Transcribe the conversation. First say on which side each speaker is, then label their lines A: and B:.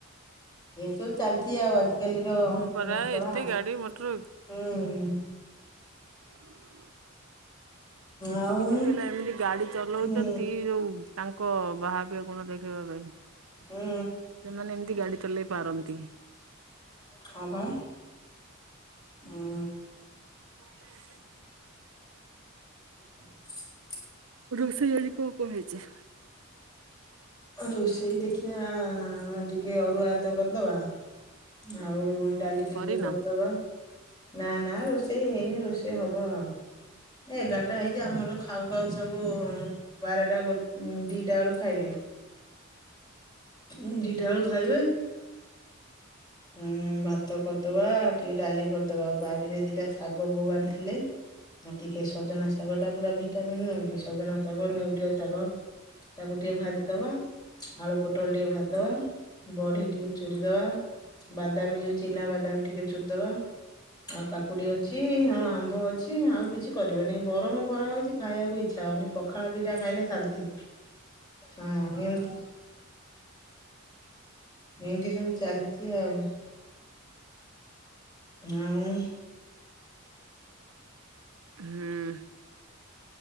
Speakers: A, on the left; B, on the right.
A: ଏମ ସବୁ ଚାଲିଛି ଆଉ ଆଜି ଗାଲିର
B: ହଁ
A: ନୂଆ
B: ପରା
A: ଖଳା
B: ଏତେ
A: ଆଉ
B: ଗାଡି ମଟର
A: ହୁଁ
B: <inaudible> କିଛି
A: ଆଉ
B: କିଛି ପିଲା ଏମିତି ଗାଡି ଚଲୋଉଛନ୍ତି
A: ହୁଁ
B: ଯୋଉ ତାଙ୍କ ବାହାପିଆ ଗୁଣ ଦେଖେଇବା ପାଇଁ।
A: ହୁଁ
B: ସେମାନେ ଏମିତି ଗାଡି ଚଲେଇ ପାରନ୍ତି।
A: ହଁ ବା ହୁଁ
B: <inaudible>
A: <inaudible>
B: ରୋଷେଇ ଆଜି କଣ କଣ ହେଇଛି?
A: ରୋଷେଇ ଦେଖିବା ଟିକେ ଅରୁଆ ହାତ କରିଦବା ଆଉ ଡାଲି ଟିକେ
B: କରିନ?
A: କରିଦବା ନା ନା ରୋଷେଇ ହେଇନି ରୋଷେଇ ହବ ଆଉ। ଏଗାରଟା ହେଇଛି ଆମର ଖାଉ ଖାଉ ସବୁ ବାରଟା ଗୋଟ ଦିଟା ବେଳକୁ ଖାଇବେ। ହୁଁ ଦିଟା ବେଳୁ ଖାଇବେ? ହୁଁ ଭାତ କରିଦବା ଟିକେ ଡାଲି କରିଦବା ବାରିରେ ଦିଟା ଶାଗ ବୋଉ ଆଣିଥିଲେ ହଁ ଟିକେ ସଜନା ଶାଗ ଟା ପୁରା ଭିଟାମିନ୍ ନୁଁ କି ସଜନା ଶାଗ, ନେଉଟିଆ ଶାଗ ତାକୁ ଟିକେ ଭାଜିଦବା ଆଳୁ ପୋଟଳ ଟିକେ ଭାଜିଦବା। ବଢି ଟିକେ ଚୁରିଦବା ବାଦାମ ଯୋଉ ଚିନା ବାଦାମ ଟିକେ ଚୁରିଦବା। ଆଉ କାକୁଡି ଅଛି ଆଉ ଆମ୍ବ ଅଛି ଆଉ କିଛି କରିବାନି ଗରମ ଖରା ହଉଚି ଖାଇବାକୁ ଇଚ୍ଛା ହଉନି। ପଖାଳ ଦିଟା ଖାଇଲେ ଶାନ୍ତି। ହଁ ଏମିତି ଏମିତି ସବୁ ଚାଲଚି ଆଉ। ହଁ।
B: ହୁଁ।